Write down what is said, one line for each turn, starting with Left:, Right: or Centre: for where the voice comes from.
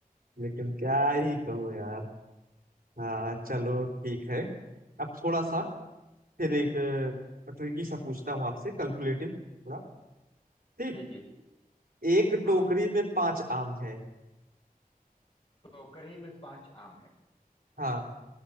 Right: लेकिन क्या ही कहूँ यार हाँ चलो ठीक है अब थोड़ा सा फिर एक ट्रिकी सा पूछता हूँ आपसे कैलकुलेटिव थोड़ा ठीक
Left: जी जी
Right: एक
Left: हाँ
Right: टोकरी में पांच आम है
Left: टोकरी में पांच आम है
Right: हाँ